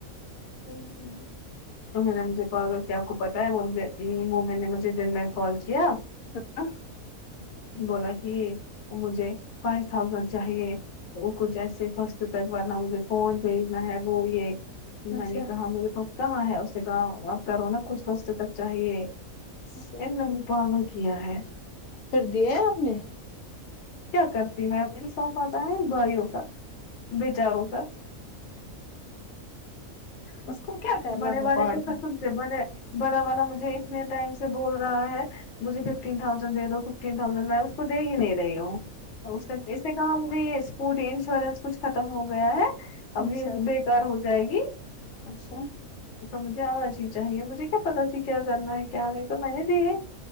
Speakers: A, on the left; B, on the left.
A: انہوں نے مجھے کہا پاگل کہ آپ کو پتا ہے وہ مجھ سے وہ میں نے مجھے دن میں کال کیا
B: ہ
A: بولا کہ مجھے فائیو تھازینڈ چاہیے وہ کچھ ایسے فس تک ورنہ مجھے فون بھیجنا ہے وہ یہ
B: اچھا
A: میں نے کہا مجھے تو کہاں ہے اس سے کام آپ کرو نا کچھ سستے تک چاہیے
B: اچھا
A: انم پگل کیا ہے
B: پھر دیا آپ نے
A: کیا کرتی ہوں میں انصاف آتا ہے بھائیوں کا بیےچاروں کا
B: اس کو کیا کرنا
A: بڑے
B: تھا
A: والے
B: پچ
A: تو قسم بڑے بڑا والا مجھے اتنے ٹائم سے بول رہا ہے مجھے ففٹین تھاؤزینڈ دے دو ففٹین تھاؤزینڈ میں اس کو دے ہی نہیں رہی ہوں اس اس سے کہ مے یہ اسپوٹ انشورینس کچھ ختم ہو گیا ہے اب
B: اچھا
A: یہ تار ہو جائے گی
B: اچھا
A: مجھے آج ہی چاہیے مجھے کیا پتا تھی کیا کرنا ہے کیا نہیں تو میں نے دی